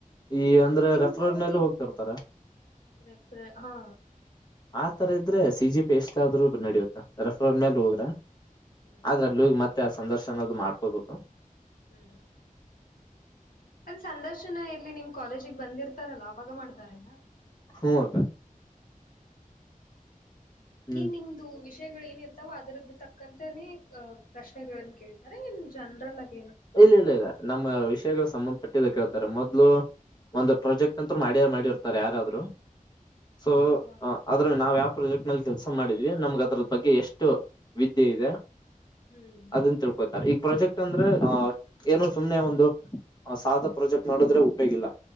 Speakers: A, on the left; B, on the left.
A: ಈ ಅಂದ್ರೆ
B: ನಿಮ್ಗೆ
A: ರೆಫ್ರರ್
B: ಅವಾಗೇನು
A: ಮೇಲೆ ಹೋಗ್ತಿರ್ತಾರೆ
B: ರೆಫ್ರ ಹಾ
A: ಆತರ ಇದ್ರೆ ಸಿಜಿ ಪ ಎಸ್ ಆದ್ರ್ರು ನಡಿಯುತ್ತ ರೆಫರಲ್ಟ್ ಮೇಲೆ
B: ಹ್ಮ್
A: ಹೋದ್ರೆ
B: ಹ್ಮ್
A: ಆದ್ರ ಅಲ್ಲಿ ಹೋಗಿ ಮತ್ತೆ ಆ ಸಂದರ್ಶನ ಅದು ಮಾಡ್ಕೋಬೇಕು
B: ಹ್ಮ್ ಒಂದ್ ಸಂದರ್ಶನ ಎಲ್ಲಿ ನಿಮ್ ಕಾಲೇಜಿಗೆ ಬಂದಿರ್ತಾರಲ್ಲಾ ಅವಾಗ ಮಾಡ್ತಾರೇನಾ
A: ಹಗ ಹ್ಮ್
B: ನೀನ್ ನಿಮ್ದು ವಿಷ ಏನ ಇರ್ತಾವೋ ಅದ್ರದ್ದ ತಕ್ಕಂತೇ ಪ್ರಶ್ನೆಗಳಗಳನ್ನು ಕೇಳ್ತಾರೆ ನ್ ಜನರಲ್ ಆಗ
A: ಇಲ್ಲ ಇಲ್ಲ ಇಲ್ಲ ನಮ್ಮ ವಿ ಸಂಬಂಧಪಟ್ಟ ಕೇಳ್ತಾರೆ ಮೊದ್ಲು ಒಂದು ಪ್ರಾಜೆಕ್ಟ್ ಅಂತರು ಮಾಡಿಯ ಮಾಡಿರ್ತಾರೆ ಯಾರಾದ್ರು ಸೊ
B: ಹ ಹಾ ಹಾ
A: ಆದದ್ರ ನಾವ ಯ ಪ್ರಾಜೆಕ್ಟ್ ನಲ್ಲಿ ಕೆಲಸ ಮಾಡಿದ್ವಿ ನಮ್ಗ ಅದ್ರ ಬಗ್ಗೆ ಎಷ್ಟು ವಿದ್ಯ ಇದೆ
B: ಹ್ಮ್
A: ಅದನ್ ತಿಳ್ಕೊತಾರೆ ಈಗ ಪ್ರಾಜೆಕ್ಟ್ ಅಂದ್ರೆ ಹ ಏನು ಸುಮ್ನೆ ಒಂದು ಸಾದ ಪ್ರೊಜೆಕ್ಟ್ ಮಾಡಿದ್ರೆ ಉಪೇಗಿಲ್ಲ